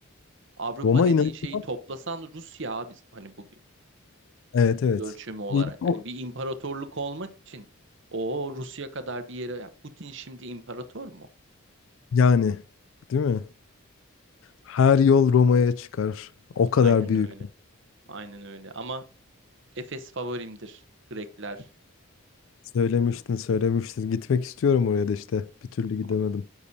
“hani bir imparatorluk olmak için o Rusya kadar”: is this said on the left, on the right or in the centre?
Right